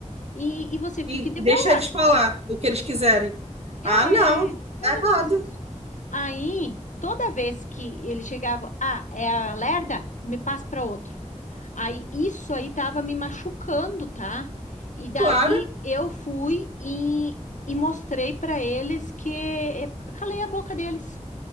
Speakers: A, on the left; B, on the right.
A: e, e você fique
B: E
A: de
B: deixa
A: boa.
B: eles falar o que eles quiserem.
A: É,
B: Ah, não,
A: mais
B: tá errado,
A: ou menos isso. Aí, toda vez que ele chegava, ah, é a Lerda, me passa para outro. Aí, isso aí tava me machucando, tá? E daí
B: claro.
A: eu fui e, e mostrei para eles que é, calei a boca deles.